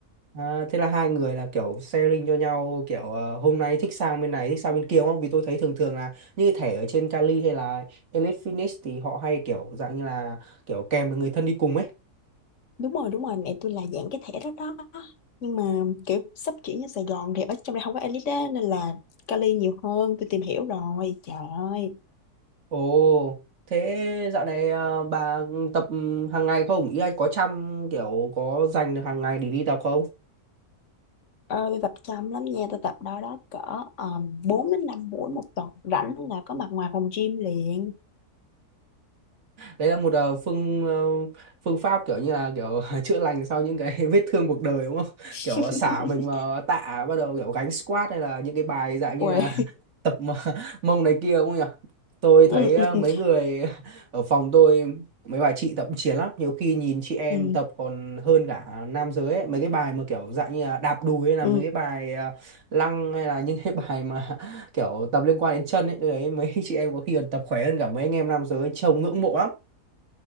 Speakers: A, on the right (about 45°); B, on the left (about 55°).
A: À, thế là hai người là kiểu sharing cho nhau kiểu ờ, hôm nay thích sang bên này thích sang bên kia đúng không? Vì tôi thấy thường thường là những cái thẻ ở trên Cali hay là Elite Fitness thì họ hay kiểu dạng như là kiểu kèm được người thân đi cùng ấy.
B: đúng rồi đúng rồi mẹ tôi là dạng cái thẻ đó đó nhưng mà kiểu sắp chuyển ra Sài Gòn thì ở trong đây không có Alice á nên là Cali nhiều hơn tôi tìm hiểu rồi trời ơi
A: Ồ, thế dạo này à, bà tập hàng ngày không? Ý là có chăm kiểu có dành được hàng ngày để đi tập không?
B: Ờ, tôi tập chăm lắm nha tôi tập đó đó cỡ um, 4 đến 5 buổi một tuần rảnh là có mặt ngoài phòng gym liền
A: Đấy là một ờ, phương ờ, phương pháp kiểu như là kiểu <laughs> chữa lành sau những cái <laughs> vết thương cuộc đời đúng không?
B: <laughs>
A: Kiểu xả mình vào tạ bắt đầu kiểu gánh squat hay là những cái bài dạng như
B: Uầy.
A: là <laughs> tập mà- mông này kia đúng không nhỉ? tôi
B: ừ,
A: thấy ờ,
B: ừ, ừ.
A: mấy người <laughs> ở phòng tôi mấy bà chị tập chiến lắm nhiều khi nhìn chị em
B: ừ.
A: tập còn hơn cả nam giới ấy. mấy cái bài mà kiểu dạng như là đạp đùi hay là
B: Ừ.
A: mấy cái bài ờ, lăng hay là những cái bài mà <laughs> kiểu tập liên quan đến chân ấy tôi thấy mấy <laughs> chị em có khi còn tập khỏe hơn cả mấy anh em nam giới trông ngưỡng mộ lắm